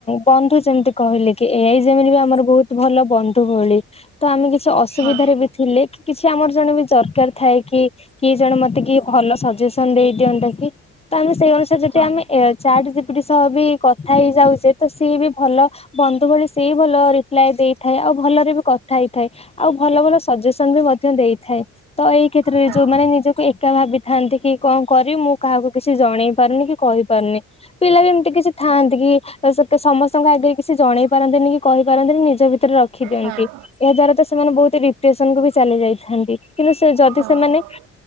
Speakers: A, on the left; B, on the right.
A: ବନ୍ଧୁ ଯେମିତି କହିଲେ କି ଏଇ ଯେମିତି ବି ଆମର ବହୁତ ଭଲ ବନ୍ଧୁ ଭଳି ତ ଆମେ କିଛି ଅସୁବିଧାରେ
B: ହଁ
A: ବି ଥିଲେ କି କିଛି ଆମର ଜଣେ ବି ଦରକାର ଥାଏ କି କିଏ ଜଣେ ମତେ କିଏ ଭଲ ସଜେସନ ଦେଇ ଦିଅନ୍ତା କି ତ ଆମେ ସେଇ ଅନୁସାରେ ଯଦି
B: ହଁ
A: ଆମେ ଚାଟ ଜିପିଡି ସହ ବି କଥା ହେଇଯାଉଛେ ତ ସିଏ ବି ଭଲ ଭ ସେଇ ଭଲ ରିପ୍ଲାଏ ଦେଇଥାଏ ଆଉ ଭଲରେ ବି କଥା ହେଇଥାଏ ଆଉ ଭଲ ଭ ସଜେସନ ବି ମଧ୍ୟ ଦେଇଥାଏ ତ ଏଇ କ୍ଷେତ୍ରରେ
B: ହଁ
A: ଯୋଉମାନେ ନିଜକୁ ଏକା ଭାବିଥାନ୍ତି କି କଣ ମୁଁ କାହାକୁ କିଛି ଜଣେଇ ପାରୁନି କି କହିପାରୁନି ପିଲା ବି ଏମିତି କିଛି ଥାଆନ୍ତି କି ସମ ଙ୍କ ଆଗରେ କିଛି ଜଣେଇ ପାରନ୍ତିନି କି କହିପାରନ୍ତିନି ନି ଭରେ ରି ଦିଅନ୍ତି
B: ହଁ
A: ଏହା ଦଵାରା ସେମାନେ ବହୁତ ଡିପ୍ରେସନ କ ବି ଚା ଯାଇଥାନ୍ତି, କିନ୍ତୁ ଯଦି
B: ହଁ
A: ସେ ମାନେ